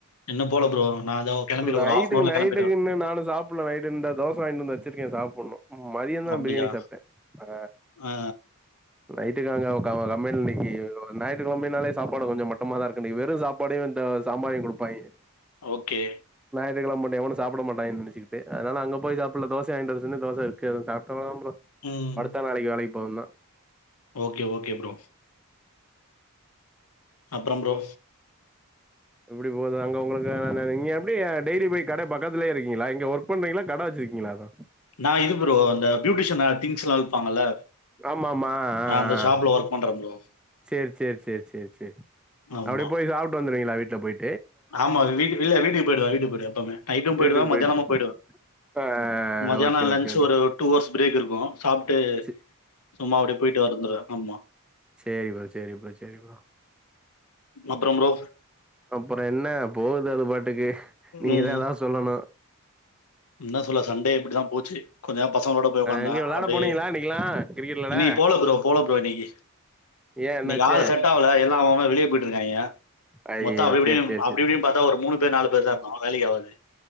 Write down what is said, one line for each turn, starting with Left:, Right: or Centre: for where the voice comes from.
Left: இன்னு போல ப்ரோ நா இதோ கெளம்பிடுவே
Centre: நைட்டுக்கு
Left: ஒரு ஹாஃப்னவர்ல
Centre: நைட்டுக்கு
Left: கெளம்பிடுவே.
Centre: இன்னு நானு சாப்புல்ல நைட்டு இந்தா தோச வாங்கிட் வந்து வச்சிருக்கே சாப் ண்ணொ மதியந்தா
Left: அப்டியா
Centre: பிரியாணி சாப்ட்ட அ
Left: ஆ
Centre: நைட்டுக்கங்க க கம்பெனில இன்னைக்கு ஞாயித்து கெழமைனாலே சாப்பாடு கொஞ்ச மட்டமாதா இருக்கு இன்னைக்கு வெறு சாப்பாடையு இந்த சாம்பாரையு குடுப்பாய்ங்க
Left: ஓகே
Centre: <unintelligible> எவுனு சாப்பட மாட்டாங்கன் நெனச்சிகிட்டு அதனால அங்க போய் சாப்புடுல தோசைய வாங்கிட்டு வர சொல்லி தோசை இருக்கு சாப்படனு ப்ரோ
Left: ம்
Centre: படுத்தா நாளைக்கு வேலைக் போனா
Left: ஓகே ஓகே ப்ரோ அப்றம் ப்ரோ
Centre: எப்டி போது அங்க உங்களுக்கு ந நீங்க எப்டி டெய்லி போய் கட பக்கத்துலயே இருக்கிங்ளா இங்க ஒர்க் பண்றிங்ளா கட வச்சிருக்கிங்ளா எது
Left: நா இது ப்ரோ அந்த பியூட்டிஷியனு திங்ஸ் எல்லா விப்பாங்கல்ல
Centre: ஆமாமா ஆஹ்
Left: ஆ அந்த ஷாப்ல
Centre: ஆஹ்
Left: ஒர்க் பண்றேன் ப்ரோ.
Centre: சேரி சேரி சேரி சேரி சேரி
Left: ஆமா.
Centre: அப்டியே போய் சாப்டு வந்துருவீங்ளா விட்ல வீட்ல போய்
Left: ஆமா வீட் இல்ல வீட்டுக்கு போய்டுவ போய்டுவ வீட்டுக்கு போய்டுவ எப்பவுமே நைட்டு போய்டுவ
Centre: வீட்டுக்கு
Left: மத்தியானமு
Centre: போயிட்டு
Left: போய்டுவ
Centre: ஆ
Left: மதியானோ
Centre: ஓகே
Left: லஞ்ச்
Centre: ஓகே ஓகே
Left: ஒரு டூ ஹவர்ஸ் பிரேக் இருக்கு சாப்ட்டு
Centre: சி
Left: சும்மா அப்டியே போய்ட்டு வந்துருவே ஆமா
Centre: சேரிப்பா சேரிப்பா சேரிப்பா
Left: அப்புறம் ப்ரோ
Centre: அப்றோ என்ன போது அது பாட்டுக்கு நீங்கதா
Left: ம்.
Centre: எதாவது சொல்லணு
Left: என்ன சொல்ல சண்டே இப்டிதா போச்சு கொஞ்ச நேரோ பசங்ளோட போய் உக்காந்த
Centre: எங்க வெளாட
Left: அப்டியே
Centre: போனீங்களா இன்னைக்கெல்லா கிரிக்கெட் வெளாட
Left: இன்னைக்கு போல ப்ரோ போல ப்ரோ இன்னைக்கு
Centre: ஏ என்னாச்சு
Left: இன்னைக்கு ஆள் செட் ஆவுல எல்லா அவ அவ வெளிய போய்ட்டுருக்காயா
Centre: ஐய்யய்யோ
Left: மொத்தோ அப்டி இப்படின்னு
Centre: சேரி சேரி
Left: அப்டி
Centre: சேரி
Left: இப்டின்னு பாத்தா ஒரு மூணு பேர் நாலு பேர்தா இருந்தோ வேலைக்கு ஆவது